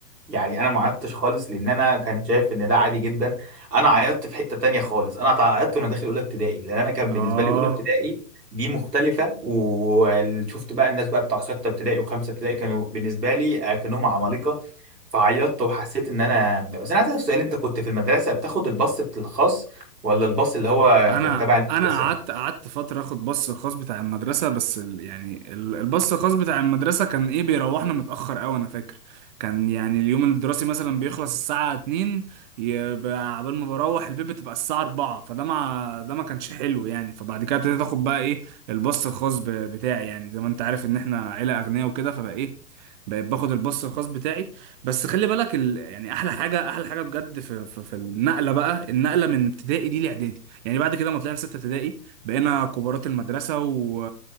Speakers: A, on the right; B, on the right.
A: يعني انا ما عيطتش خالص لان انا كان شايف ان ده عادي جدا انا عيطت في حتة تانية خالص انا عيطت وانا داخل اولى ابتدائي لان انا كان بالنسبة
B: اه
A: لي اولى ابتدائي دي مختلفة وشفت بقى الناس بقى بتاع ستة ابتدائي وخمسة ابتدائي كانوا بالنسبة لي آه، كأنهم عمالقة فعيطت وحسيت ان انا بتاع. بس انا عايز اسالك سؤال انت كنت في المدرسة بتاخد الباص بت- الخاص ولا الباص اللي هو
B: انا
A: كان تبع المدرسة
B: انا قعدت قعدت فتره اخد باص الخاص بتاع المدرسه بس ال- يعني ال- الباص الخاص بتاع المدرسه كان ايه بيروحنا متاخر قوي انا فاكر كان يعني اليوم الدراسي مثلا بيخلص الساعه 2 يبقى عبال ما بروح البيت بتبقى الساعه 4 فده مع ده ما كانش حلو يعني فبعد كده ابتديت اخد بقى ايه الباص الخاص ب- بتاعي يعني زي ما انت عارف ان احنا عيله اغنياء وكده فبقى ايه بقيت باخد الباص الخاص بتاعي بس خلي بالك ال... يعني احلى حاجه احلى حاجه بجد في في, في النقله بقى النقله من ابتدائي دي لاعدادي يعني بعد كده ما طلعنا ستة ابتدائي بقينا كبارات المدرسة و...